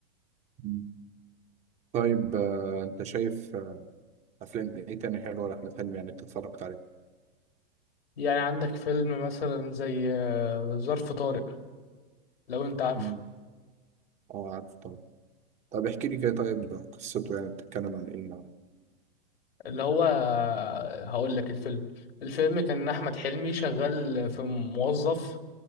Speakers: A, on the right; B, on the left.
A: مم. طيب آه، انت شايف آه، افلام ايه تاني حلوة لأحمد حلمي يعني انت اتفرجت عليه
B: يعني عندك فيلم مثلا زي آه، ظرف طارق لو انت عارفه
A: مم. اه عارف طبعا طب احكي لي كده طيب قصته يعني بتتكلم عن ايه يعني
B: اللي هو آه، هقول لك الفيلم الفيلم كان احمد حلمي شغال في موظف